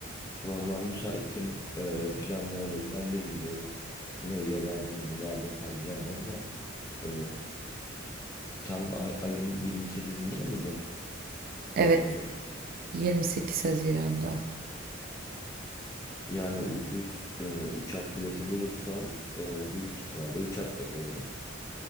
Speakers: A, on the left; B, on the right.
A: Vallahi müsaitim. Ee, planlayalım. Ben de bilmiyorum neyle geleceğimi, nerede kalacağımı ama e, tam a- ayın 28'inde miydi
B: Evet
A: mezuniyet?
B: 28 Haziran'da.
A: Yani ucuz e, uçak bileti bulursam e, büyük ihtimalle uçakla gelirim.